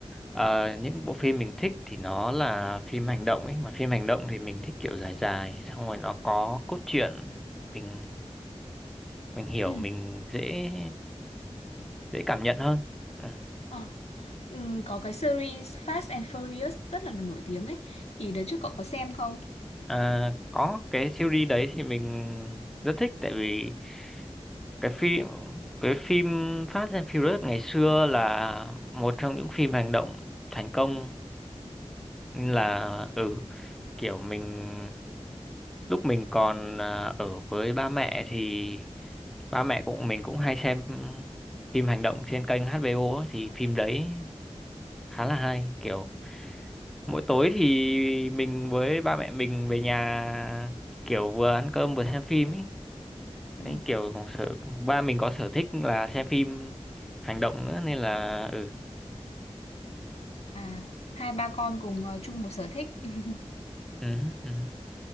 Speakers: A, in the centre; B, on the left.
A: ờ, những bộ phim mình thích thì nó là phim hành động ấy mà phim hành động thì mình thích kiểu dài dài xong rồi nó có cốt truyện mình mình hiểu
B: Ừ.
A: mình dễ dễ cảm nhận hơn ừ.
B: Ờ. Ừ, có cái series Fast and Furious rất là nổi tiếng ấy thì đợt trước cậu có xem không?
A: à, có cái series đấy thì mình rất thích tại vì cái phim cái phim Fast and Furious ngày xưa là một trong những phim hành động thành công nên là ừ kiểu mình lúc mình còn à, ở với ba mẹ thì ba mẹ cũng mình cũng hay xem phim hành động trên kênh HBO ấy, thì phim đấy khá là hay kiểu mỗi tối thì mình với ba mẹ mình về nhà kiểu vừa ăn cơm vừa xem phim ấy
B: Ừ.
A: đấy kiểu cũng sở ba mình có sở thích là xem phim hành động nữa nên là ừ
B: À hai ba con cùng ờ, chung một sở thích. <laughs>
A: ừ ừ